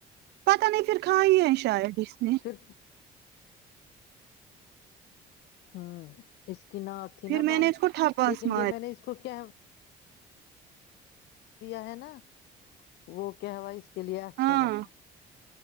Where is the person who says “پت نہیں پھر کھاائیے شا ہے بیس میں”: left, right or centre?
Right